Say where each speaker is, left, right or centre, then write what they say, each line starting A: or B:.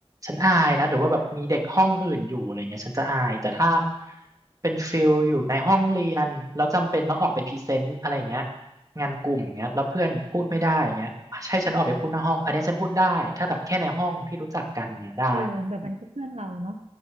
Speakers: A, on the right; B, on the right.
A: ฉันอายนะหรือว่าแบบมีเด็กห้องอื่นอยู่อะไรเงี้ยฉันจะอายแต่ถ้าเป็นฟิลอยู่ในห้องเรียนแล้วจำเป็นต้องออกไปพรีเซนต์อะไรเงี้ยงานกลุ่มเงี้ยแล้วเพื่อนพูดไม่ได้เงี้ยใช่ฉันออกไปพูดหน้าห้องอันเนี้ยฉันพูดได้ถ้าแบบแค่ในห้องที่รู้จักกันเงี้ยได้
B: เออแบบมันก็เพื่อนเราเนาะ